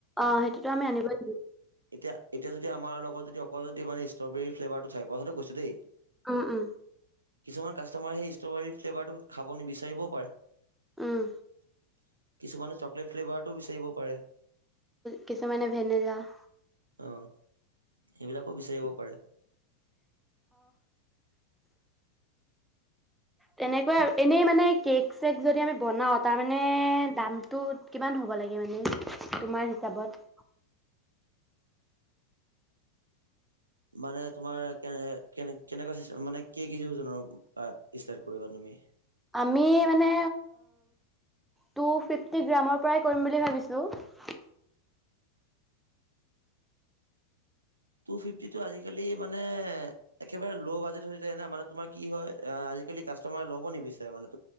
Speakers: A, in the centre; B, on the right (about 80°).
A: অ সেইটোতো আমি আনিবই লাগিব ।
B: এতিয়া এতিয়া যদি আমাৰ লগত যদি অ । অকল যদি মানে ষ্ট্ৰবেৰী ফ্লেভাটো থাকে কথাটো কৈছো দেই ।
A: উম উম ।
B: কিছুমান কাষ্টমাৰে সেই ষ্ট্ৰবেৰী ফ্লেভাৰটো খাব নিবিচাৰিবও পাৰে ।
A: উম
B: কিছুমানে চ চকলেট ফ্লেভাৰটো বিচাৰিব পাৰে ।
A: কিছুমানে ভেনেলা ।
B: অ সেইবিলাকো বিচাৰিব পাৰে ।
A: তেনেকুৱা এনেই মানে কেক চেক যদি আমি বনাও তাৰ মানে দামটো কিমান হ'ব লাগে মানে তোমাৰ হিচাপত ।
B: মানে তোমাৰ কেনে কেনে কেনেকুৱা ছিষ্টেম মানে কেই কেজি ওজনৰ আ ষ্টাৰ্ট কৰিবা তুমি ।
A: আমি মানে টু ফিফটি গ্ৰামৰ পৰাই কৰিম বুলি ভাবিছো ।
B: টু ফিফটিটো আজিকালি মানে একেবাৰে ল' বাজেট যায় ন মানে তোমাৰ কি হয় আজিকালি কাষ্টমাৰে ল'ব নিবিচাৰে মানে ।